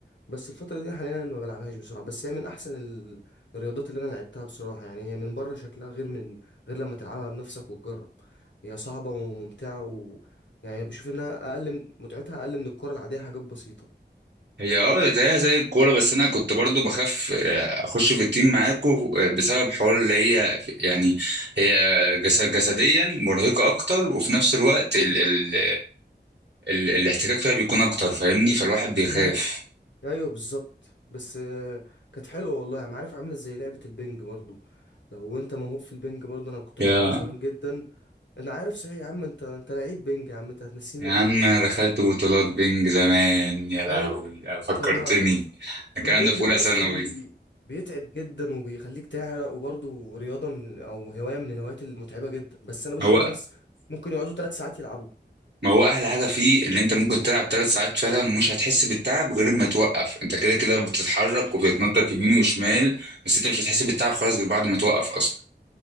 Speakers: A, on the left (about 80°); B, on the right (about 70°).
A: بس الفتره دي حاليا ما بلعبهاش بسرعه بس هي من احسن ال- الرياضات اللي انا لعبتها بصراحه يعني هي من بره شكلها غير من غير لما تلعبها بنفسك وتجرب هي صعبه وممتعه و يعني بشوف انها اقل من- متعتها اقل من الكره العاديه حاجات بسيطه
B: هي اه زيها زي الكورة بس أنا كنت برضو بخاف آه، أخش في التيم معاكم بسبب حوار اللي هي في- يعني هي جس- جسديا مرهقة أكتر وفي نفس الوقت ال ال ال الاحتكاك فيها بيكون أكتر فاهمني فالواحد بيخاف
A: امم ايوه بالظبط بس آه، كانت حلوه والله انا عارف عامله زي لعبه البنج برضو لو انت موهوب في البنج برضو انا كنت
B: يا
A: بلعبه زمان جدا انا عارف صحيح يا عم انت انت لعيب بنج يا عم انت هتنسينا
B: يا
A: ليه
B: عم أنا دخلت بطولات بينج زمان يا لهوي
A: ايوه
B: فكرتني
A: طب ما
B: الكلام
A: البنج
B: ده في أولى
A: ده يا
B: ثانوي
A: اسطى بي... بيتعب جدا وبيخليك تعرق وبرضه رياضه من او هوايه من الهوايات المتعبه جدا بس انا بشوف
B: هو
A: الناس ممكن يقعدوا ثلاث ساعات يلعبوا
B: ما هو احلى حاجه فيه اللي انت ممكن تلعب ثلاث ساعات فعلا ومش هتحس بالتعب غير ما توقف انت كده كده بتتحرك وبتتنطط يمين وشمال بس انت مش هتحس بالتعب خالص غير بعد ما توقف اصلا